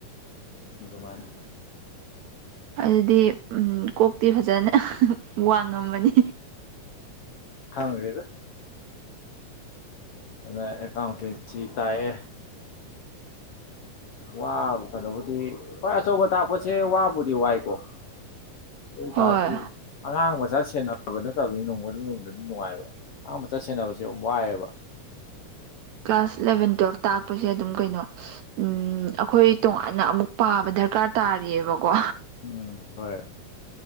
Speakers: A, on the left; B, on the right.
A: ꯑꯗꯨꯃꯥꯏꯅ
B: ꯑꯗꯨꯗꯤ ꯀꯣꯛꯇꯤ ꯐꯖꯅ ꯋꯥꯡꯉꯝꯃꯅꯤ
A: ꯈꯪꯗꯦꯗ ꯑꯗ ꯑꯦꯀꯥꯎꯟꯇꯦꯟꯁꯤ ꯇꯥꯛꯑꯦ ꯋꯥꯕ ꯀꯩꯅꯣꯕꯨꯗꯤ ꯍꯣꯏ ꯑꯆꯧꯕ ꯇꯥꯛꯄꯁꯦ ꯋꯥꯕꯨꯗꯤ ꯋꯥꯏꯀꯣ ꯑꯗꯨ ꯑꯣꯏꯇꯥꯥꯔꯁꯨ
B: ꯍꯣꯏ
A: ꯑꯉꯥꯡ ꯃꯆꯥ ꯁꯦꯟꯅꯕ ꯅꯠꯇꯕꯅꯤ ꯅꯣꯡꯃ ꯅꯣꯡ ꯅꯨꯡꯉꯥꯏꯕ ꯑꯉꯥꯡ ꯃꯆꯥ ꯁꯦꯟꯅꯕꯁꯦ ꯌꯥꯝ ꯋꯥꯏꯌꯦꯕ
B: ꯀ꯭ꯂꯥꯁ ꯏꯂꯚꯦꯟ ꯇꯨꯌꯦꯜꯞ ꯇꯥꯛꯄꯁꯦ ꯑꯗꯨꯝ ꯀꯩꯅꯣ ꯎꯝ ꯑꯩꯈꯣꯏ ꯇꯣꯉꯥꯟꯅ ꯑꯃꯨꯛ ꯄꯥꯕ ꯗꯔꯀꯥꯔ ꯇꯥꯔꯤꯌꯦꯕꯀꯣ
A: ꯎꯝ ꯍꯣꯏ